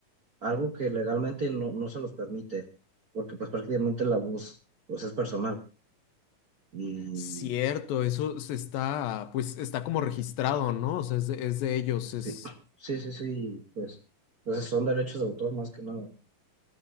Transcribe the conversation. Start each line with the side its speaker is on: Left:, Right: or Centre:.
Right: algo que legalmente no, no se los permite, porque pues prácticamente la voz pues es personal. Y
Left: Cierto, eso se está, pues está como registrado, ¿no? O sea, es de, es de ellos, es
Right: sí, sí, sí, sí, pues, pues son derechos de autor más que nada.